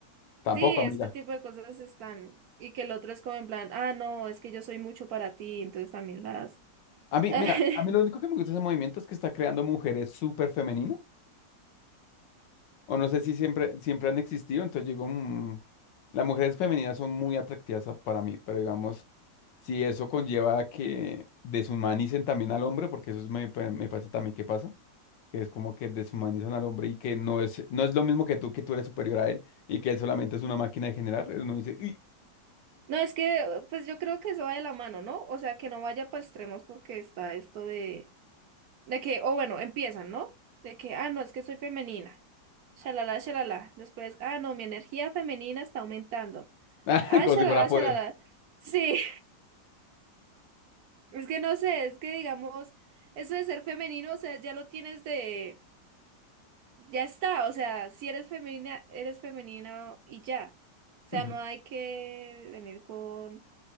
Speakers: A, on the left (about 80°); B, on the right (about 65°).
A: tampoco,
B: Sí,
A: amiga.
B: ese tipo de cosas están. Y que el otro es como en plan, ah, no, es que yo soy mucho para ti, entonces también las.
A: A mí,
B: <laughs>
A: mira, a mí lo único que me gusta de ese movimiento es que está creando mujeres súper femeninas. O no sé si siempre, siempre han existido. Entonces yo digo, "Mm, las mujeres femeninas son muy atractivas a- para mí. Pero digamos, si eso conlleva a que deshumanicen también al hombre, porque eso es- me, pa- me parece también que pasa, que es como que deshumanizan al hombre y que no es, no es lo mismo que tú, que tú eres superior a él y que él solamente es una máquina de generar. Uno dice, "Uy,
B: No, es que, pues yo creo que eso va de la mano, ¿no? O sea, que no vaya para extremos porque está esto de, de que, o bueno, empiezan, ¿no? De que, ah, no, es que soy femenina. Shalala, shalala. Después, ah, no, mi energía femenina está aumentando.
A: <laughs>
B: Ah,
A: Como
B: shalala,
A: si fuera poder.
B: shalala. Sí, <laughs> es que no sé, es que digamos, eso de ser femenino, o sea, ya lo tienes de ya está, o sea, si eres femenina, eres femenina y ya. O sea,
A: Ujú.
B: no hay que venir con,